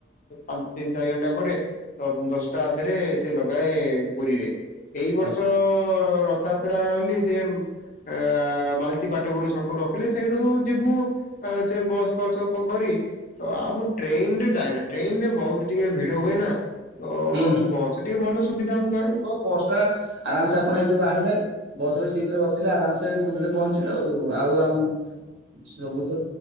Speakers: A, on the left (about 45°); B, on the right (about 80°).
A: ପାଞ୍ଚ ତିନି ଚାରି ଘଣ୍ଟା ପରେ ଦଶଟା ଆଦେରେ ସେ ଲଗାଏ ପୁରୀରେ। ଏଇ ବର୍ଷ
B: ଆଚ୍ଛା
A: ରଥଯାତ୍ରା ବୋଲି ସେ ଅ ମାଲତି ପାଟପୁରୁ ଛକରୁ ରଖିଲେ ସେଇଠୁ ଯିବୁ ଆ ସେ ବସ ଫସ କଣ କରି। ତ ଆଉ ମୁଁ ଟ୍ରେନ ରେ ଯାଏନା ଟ୍ରେନ ରେ ବହୁତ ଟିକେ ଭିଡ ହୁଏ ନା। ତ
B: ହୁଁ
A: ବସ ଟିକେ ଭଲ ସୁବିଧା ଆମ ଗାଁରୁ।
B: ବାସ୍ ଟା ଆରାମସେ ଆପଣ ଏଇଠୁ ବାହାରିଲେ ବସ ରେ ସିଟ ରେ ବସିଲେ ଆରାମସେ ପୁରୀରେ ପହଞ୍ଚିବେ। ଆଉ ଆଉ ଆମ ସବୁ ତ